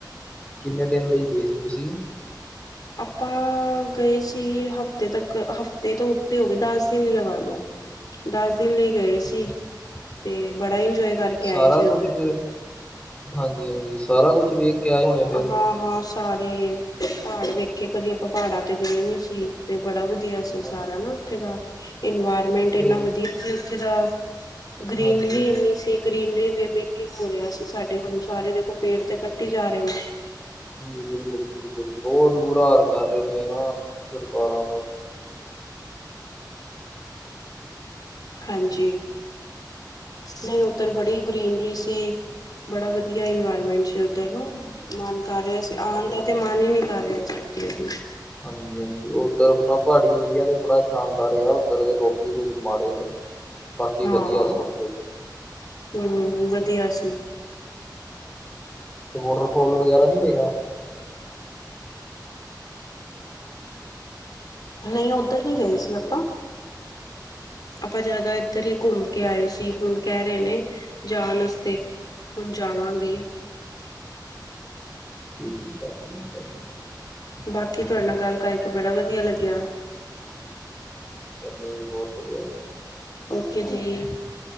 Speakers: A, on the left; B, on the left.
A: ਕਿੰਨੇ ਦਿਨ ਲਈ ਗਏ ਸੀ ਤੁਸੀਂ
B: ਆਪਾਂ, ਗਏ ਸੀ, ਹਫ਼ਤੇ ਤੱਕ ਹਫ਼ਤੇ ਤੋਂ ਉੱਤੇ ਹੋ ਗਏ ਦਸ ਦਿਨ ਹੀ ਲਗਾ ਲੋ। ਦਸ ਦਿਨ ਲਈ ਗਏ ਸੀ, ਤੇ ਬੜਾ ਇੰਜੋਏ ਕਰਕੇ ਆਏ
A: ਸਾਰਾ
B: ਸੀ ਉੱਧਰ
A: ਕੁਝ ਫਿਰ ਹਾਂਜੀ-ਹਾਂਜੀ ਸਾਰਾ ਕੁਛ ਵੇਖ, ਕੇ ਆਏ ਹੋਣੇ ਫਿਰ।
B: ਹਾਂ ਹਾਂ ਸਾਰੇ ਪਹਾੜ ਵੇਖੇ ਕਦੀ ਆਪਾਂ ਪਹਾੜਾਂ ਤੇ ਗਏ ਨੀ ਸੀ ਤੇ ਬੜਾ ਵਧੀਆ। ਵਧੀਆ
A: ਹਾਂ,
B: ਸੀ ਸਾਰਾ ਨਾ ਉੱਥੇ ਦਾ ਇਨਵਾਇਰਮੈਂਟ
A: ਤੇ
B: ਇੰਨਾ ਵਧੀਆ ਸੀ ਉੱਥੇ ਦਾ ਗ੍ਰੀਨਰੀ
A: ਹਾਂਜੀ-ਹਾਂਜੀ
B: ਇੰਨੀ ਸੀ ਗ੍ਰੀਨਰੀੇ ਹੋ ਰਿਹਾ ਸੀ ਸਾਡੇ ਹੁਣ ਸਾਰੇ ਦੇਖੋ ਪੇੜ ਤੇ ਕੱਟੀ ਹੀ ਜਾ ਰਹੇ ਨੇ।
A: ਜੀ ਬਿਲਕੁਲ ਬਿਲਕੁਲ ਬਹੁਤ ਬੁਰਾ ਹਾਲ ਕਰ ਰਹੇ ਨੇ ਨਾ ਸਰਕਾਰਾਂ ਬਸ
B: ਹਾਂਜੀ ਨਹੀਂ ਉੱਧਰ ਬੜੀ ਗਰੀਨਰੀ ਸੀ। ਬੜਾ ਵਧੀਆ ਇਨਵਾਇਰਮੈਂਟ ਸੀ ਉੱਧਰ ਨਾ। ਮਨ ਕਰ ਰਿਹਾ ਸੀ, ਆਣ ਦਾ ਤੇ ਮਨ ਹੀ ਨਹੀਂ ਕਰ ਰਿਹਾ ਸੀ ੳਦਰੋ ਦੀ।
A: ਹਾਂਜੀ ਹਾਂਜੀ ਉਹ ਉੱਧਰ ਆਪਣਾ ਪਹਾੜੀ ਏਰੀਆ ਤੇ ਬੜਾ ਸ਼ਾਨਦਾਰ ਰਿਹਾ, ਉੱਧਰ ਦੇ ਲੋਕੀ ਕੁਛ ਮਾੜੇ ਨੇ। ਬਾਕੀ
B: ਹਾਂ,
A: ਵਧੀਆ ਸਭ ਕੁਛ
B: ਹੂੰ ਵਧੀਆ ਸੀ।
A: ਤੇ ਵਾਟਰ ਫੋਲ ਵਗੈਰਾ ਨੀ ਵੇਖਿਆ।
B: ਨਹੀਂ ਉੱਧਰ ਨਹੀਂ ਗਏ ਸੀ ਆਪਾਂ ਆਪਾਂ ਜ਼ਿਆਦਾ ਇੱਧਰ ਹੀ ਘੁੰਮ ਕੇ ਆਏ ਸੀ, ਹੁਣ ਕਹਿ ਰਹੇ ਨੇ ਜਾਣ ਵਸਤੇ। ਹੁਣ ਜਾਵਾਂਗੇ।
A: ਠੀਕ ਆ, ਆ ਜੀ।
B: ਬਾਕੀ ਤੁਹਾਡੇ ਨਾਲ ਗੱਲ ਕਰਕੇ ਬੜਾ ਵਧੀਆ ਲੱਗਿਆ।
A: ਨੇ ਵੀ ਬਹੁਤ ਵਧੀਆ ਰਹਿੰਦਾ।
B: ਓਕੇ ਜੀ,